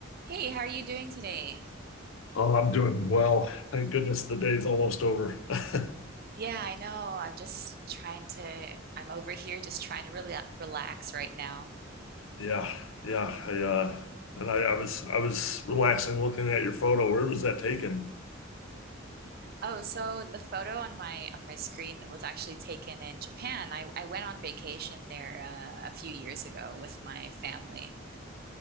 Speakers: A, on the right; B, on the left.
A: Hey, how are you doing today?
B: Oh, I'm doing well. Thank goodness the day's almost over. <laughs>
A: Yeah, I know. I'm just trying to, I'm over here just trying to really relax right now.
B: Yeah, yeah. I uh and I, I was I was relaxing looking at your photo. Where was that taken?
A: Oh, so the photo on my on my screen that was actually taken in Japan. I, I went on vacation there uh, a few years ago with my family.